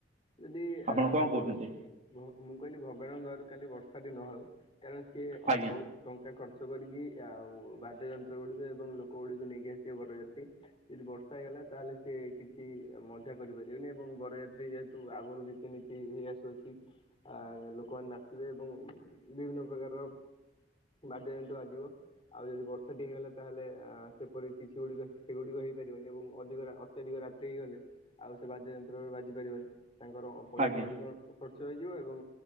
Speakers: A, on the left; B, on the right.
A: ଯଦି
B: ଆପଣ
A: ଆ
B: କ'ଣ
A: ଭଉ
B: କହୁଛନ୍ତି
A: ମୁଁ କହିଲି ଭଗବାନ ଙ୍କ ଦୟା ରୁ କାଲି ବର୍ଷା ଟି ନ ହଉ କାରଣ ସିଏ ଅ
B: ଆଜ୍ଞା
A: ବହୁତ ଟଙ୍କା ଖର୍ଚ୍ଚ କରିକି ଆଉ ବାଦ୍ୟ ଯନ୍ତ୍ର ଗୁଡିକ ଏବଂ ଲୋକ ଗୁଡିକୁ ନେଇକି ଆସିଥିବେ ବରଯାତ୍ରୀ। ଯଦି ବର୍ଷା ହେଇଗଲା ତାହେଲେ ସି କିଛି ମଜା କରିପାର ନି ଏବଂ ବରଯାତ୍ରୀ ଯେହେତୁ ଆଗରୁ ରୀତିନୀତି ହେଇ ଆସୁଅଛି। ଆ ଲୋକମାନେ ନାଚିବେ ଏବଂ ବିଭିନ୍ନ ପ୍ରକାରର ବାଦ୍ୟ ଯନ୍ତ୍ର ବାଜିିବ। ଆଉ ଯଦି ବର୍ଷାଟି ହେଇଗଲା ତାହେଲେ ଆ ସେପରି କିଛି ଗୁଡିକ ସେଗୁଡିକ ହେଇପାରିବନି ଏବଂ ଅଧିକ ଅତ୍ୟଧିକ ରାତ୍ରି ହୋଇଗଲେ ଆଉ ସେ ବାଦ୍ୟ ଯନ୍ତ୍ରରେ ବାଜିପାରିବନି ତାଙ୍କର ପଇସା
B: ଆଜ୍ଞା
A: ଗୁଡ଼ିକ ଖର୍ଚ୍ଚ ହେଇଯିବ ଏବଂ